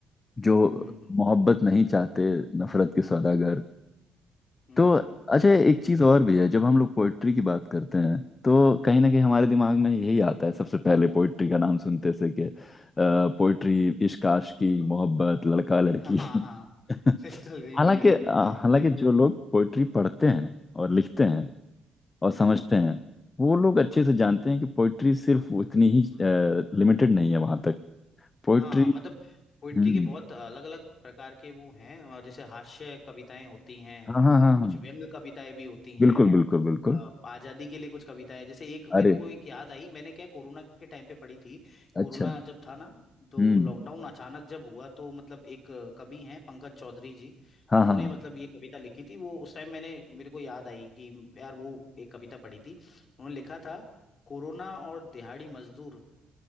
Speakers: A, on the left (about 30°); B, on the left (about 50°).
A: जो
B: हम्म
A: मोहब्बत नहीं चाहते नफरत के सौदागर
B: हम्म
A: तो अच्छा एक चीज और भी है जब हम लोग पोइट्री की बात करते हैं तो कहीं ना कहीं हमारे दिमाग में यही आता है सबसे पहले पोइट्री का नाम सुनते से कि पोइट्री इश्क आशिकी मोहब्बत लड़का लड़की
B: हाँ हाँ
A: <laughs>
B: बिल्कुल बिल्कुल
A: हालांकि
B: बिल्कुल
A: अ, हालांकि
B: लेकिन
A: जो लोग पोइट्री पढ़ते हैं और लिखते हैं और
B: हम्म
A: समझते
B: हम्म,
A: हैं वो लोग अच्छे से जानते हैं कि पोइट्री सिर्फ उतनी ही लिमिटेड नहीं है वहां तक पोइट्री
B: हाँ मतलब पोइट्री
A: हम्म
B: के बहुत अलग अलग प्रकार के वो हैं और जैसे हास्य कविताएं होती हैं
A: हाँ हाँ हाँ
B: अ, कुछ
A: हाँ
B: व्यंग कविताएं भी होती हैं
A: बिल्कुल बिल्कुल बिल्कुल
B: अ, आजादी के लिए कुछ कविता है जैसे एक
A: अरे
B: मेरे को एक याद आई मैंने क्या कोरोना के टाइम पे पढ़ी थी
A: अच्छा
B: कोरोना जब था ना तो
A: हम्म
B: लॉकडाउन अचानक जब हुआ तो मतलब एक अ, कवि हैं पंकज चौधरी जी
A: हाँ
B: उन्होंने
A: हाँ हाँ
B: मतलब ये कविता लिखी थी वो उस टाइम मैंने मेरे को याद आई कि यार वो एक कविता पढ़ी थी उन्होंने लिखा था कोरोना और दिहाड़ी मजदूर